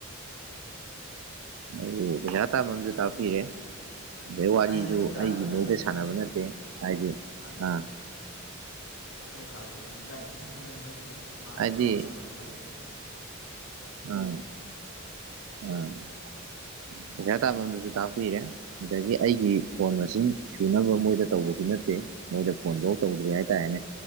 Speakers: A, on the right; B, on the left.
A: <inaudible> ꯄꯩꯁꯥ ꯇꯥꯟꯐꯝꯁꯨ
B: ꯍꯥꯏꯗꯤ
A: ꯇꯥꯛꯄꯤꯔꯦ ꯑꯗꯩ ꯋꯥꯔꯤꯖꯨ
B: ꯍꯥꯏꯗꯤ ꯅꯨꯄꯤ ꯉꯥꯛꯇꯅꯤꯅ
A: ꯑꯩꯒꯤ ꯃꯣꯏꯗ ꯁꯥꯟꯅꯕ ꯅꯠꯇꯦ ꯍꯥꯏꯗꯤ
B: ꯃꯥꯅꯦ
A: ꯑꯥ
B: ꯄꯥꯈꯪ ꯂꯩꯁꯥꯕꯤꯅꯤꯅ ꯏꯀꯥꯏꯅꯤꯁꯨ ꯉꯥꯏ ꯅꯠꯇꯦ ꯃꯥ
A: ꯍꯥꯏꯗꯤ
B: ꯅꯨꯄꯥ ꯃꯁ‌ꯦꯟ ꯉꯥꯛꯇꯅꯤ
A: <inaudible> ꯄꯩꯁꯥ ꯇꯥꯟꯐꯝꯗꯨꯁꯨ ꯇꯥꯛꯄꯤꯔ‌ꯦ ꯑꯗꯒꯤ ꯑꯩꯒꯤ ꯀ‌ꯣꯟ ꯃꯁꯤꯡ ꯁꯨꯅꯕ ꯃꯣꯏꯗ ꯇꯧꯕꯗꯤ ꯅꯠꯇꯦ ꯃꯣꯏꯗ ꯐꯣꯟꯕꯧ ꯇꯧꯗ꯭ꯔꯤ ꯍꯥꯏꯇꯥꯔꯦꯅꯦ